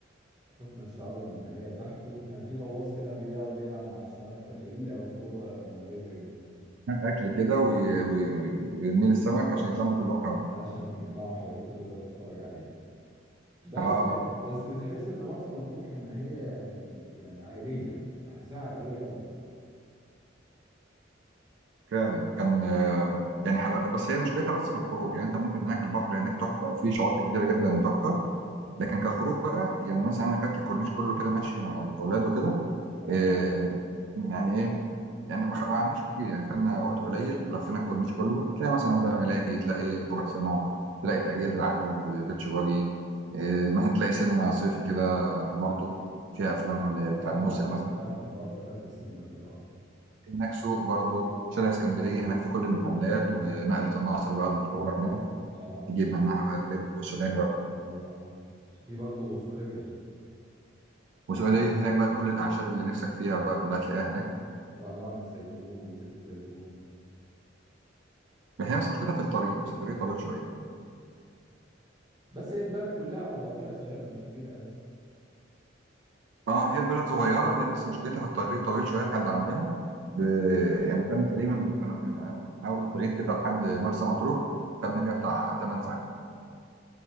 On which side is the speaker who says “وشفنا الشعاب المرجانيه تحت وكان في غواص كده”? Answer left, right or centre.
Right